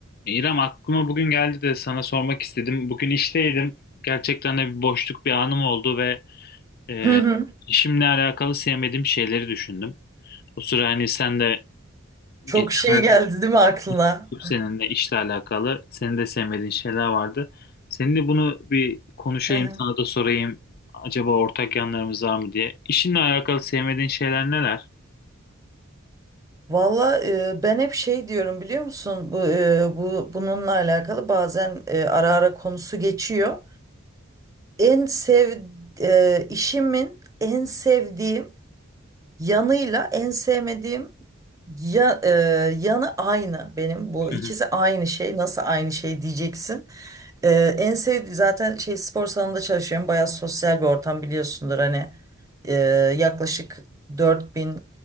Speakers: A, on the left (about 45°); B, on the right (about 15°).
A: İrem aklıma bugün geldi de sana sormak istedim. Bugün işteydim. Gerçekten de bir boşluk bir anım oldu ve e,
B: Hı hı.
A: işimle alakalı sevmediğim şeyleri düşündüm. O sıra hani sen de
B: Çok
A: geçenlerde
B: şey geldi değil mi aklına?
A: konuştuk seninle işle alakalı senin de sevmediğin şeyler vardı. Seninle bunu bir konuşayım
B: Hı hı.
A: sana da sorayım. Acaba ortak yanlarımız var mı diye. İşinle alakalı sevmediğin şeyler neler?
B: Valla e, ben hep şey diyorum biliyor musun? Bu, e, bu bununla alakalı bazen e, ara ara konusu geçiyor. En sev e, işimin en sevdiğim Yanıyla en sevmediğim ya, e, yanı aynı benim. Bu
A: Hı
B: ikisi
A: hı.
B: aynı şey. Nasıl aynı şey diyeceksin. E, en sevdiğim zaten şey spor salonunda çalışıyorum. Bayağı sosyal bir ortam biliyorsundur. Hani e, yaklaşık 4000